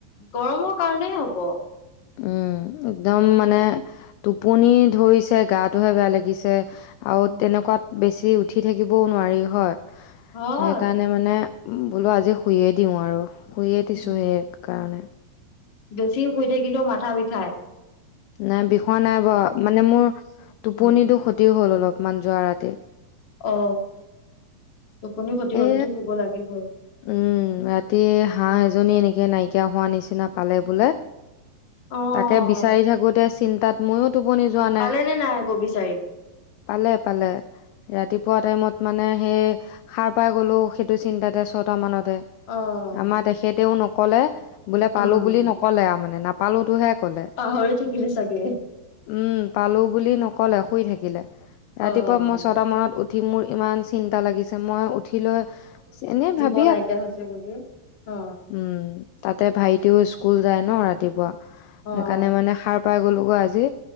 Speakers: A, on the left; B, on the left.
A: গৰমৰ কাৰণে হ'ব।
B: উম একদম মানে টোপনি ধৰিছে, গাটোহে বেয়া লাগিছে আও
A: উম,
B: তেনেকুৱাত বেছ ছি উঠি থাকিবও নোৱাৰি হয়।
A: হয়।
B: সেইকাৰণে মানে বোলো আজি শুইয়ে দিওঁ আৰু শুয়ে দিছোঁ
A: উম,
B: সেইকাৰণে
A: বেছি শুই থাকিলেও মাথা বিষাই।
B: নাই বিষোৱা নাই ব মানে মোৰ টোপনিটো
A: উম,
B: ক্ষতি হ'ল অলপ। মান যোৱা ৰাতি
A: অ টোপনি ক্ষতি হ'লেটো
B: এ
A: শুব লাগিবই।
B: উম ৰাতি হাঁহ এজনী এনেকে নাইকিয়া হোৱা নিচিনা পালে বোলে
A: অ'
B: তাকে বিচাৰি থাকোতে চিন্তাত ময়ো টোপনি যোৱা নাই।
A: পালে নে আকৌ বিচাৰি?
B: পালে-পালে ৰাতি পোৱা টাইমত মানে সেই সাৰ পাই গলোঁ, সেইটো চিন্তাতে চট তামানত
A: অ'
B: আমাৰ তেখেতেও নকলে, বোলে পালো
A: উম,
B: বুলি নকলে আৰু মানে নাপালোতোহে কলে।
A: পাহৰি থাকিলে চাগে।
B: উম পালো বুলি নকলে শুই থাক গিলা ৰাতিপুৱা
A: অ'
B: মই ছটা মানত উ ঠি মোৰ ইমান চিন্তা লাগিছে, মই উ উঠি লৈ এনে ভাব
A: অ নাইকিয়া হৈছে বুলি অ
B: উম তাতে ভাইটিও স্কুল যায় ন ৰাতিপুৱা।
A: অ'
B: সেইকাৰণে মানে সাৰ পাই গলোগৈ আজি